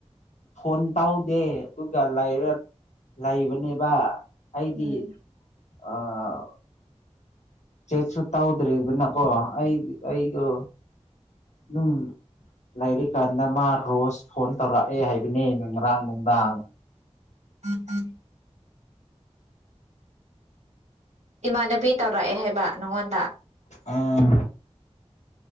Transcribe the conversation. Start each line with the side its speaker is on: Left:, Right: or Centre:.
Left: ꯐꯣꯟ ꯇꯧꯗꯦ ꯗꯨꯒ ꯂꯩꯔ ꯂꯩꯕꯅꯦꯕ ꯑꯩꯗꯤ
Right: ꯎꯝ
Left: ꯑꯥ ꯆꯦꯛꯁꯨ ꯇꯧꯗ꯭ꯔꯦꯗꯅꯀꯣ ꯑꯩ ꯑꯩꯗꯣ ꯗꯨꯝ ꯂꯩꯔꯤꯀꯥꯟꯗ ꯃꯥ ꯔꯣꯁ ꯐꯣꯟ ꯇꯧꯔꯛꯑꯦ ꯍꯥꯏꯕꯅꯤ ꯉꯔꯥꯡ ꯅꯨꯡꯗꯥꯡ
Right: <unintelligible> ꯏꯃꯥꯟꯅꯕꯤ ꯇꯧꯔꯛꯑꯦ ꯍꯥꯏꯕ ꯅꯪꯉꯣꯟꯗ
Left: ꯑꯣ